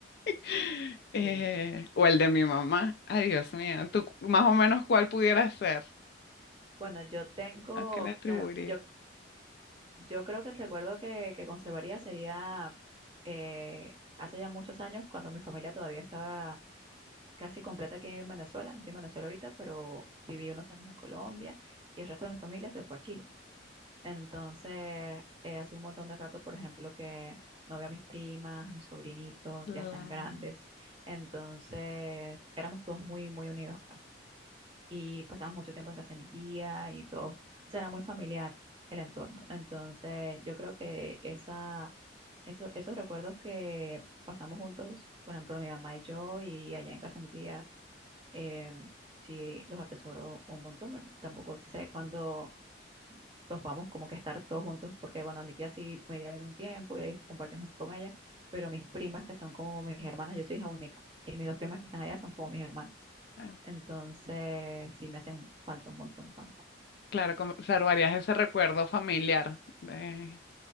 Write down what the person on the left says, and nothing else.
<laughs> Eh,
o el de mi mamá. Ay, Dios mío. ¿Tú más o menos cuál pudiera ser?
¿A qué le atribuiría?
Claro,
Bueno,
claro, conservarías ese recuerdo familiar, de,